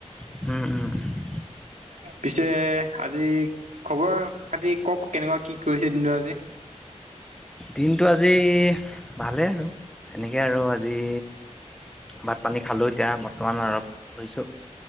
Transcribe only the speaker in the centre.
উম', উম' উম '।
দিনটো আজি ভালেই আৰু, এনেকে আৰু আজি। ভাত পানী খালোঁ এতিয়া, বৰ্তমান অলপ শুইছো।